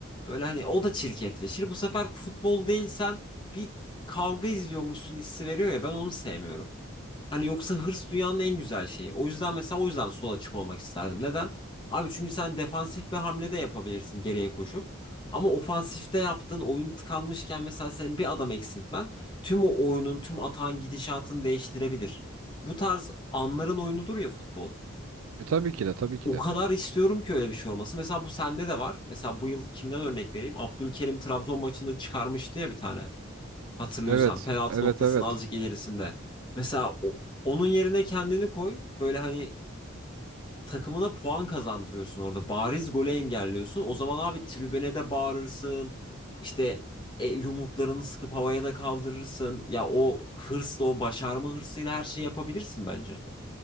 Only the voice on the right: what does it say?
E tabii ki de tabii ki
de.
Evet,
evet,
evet.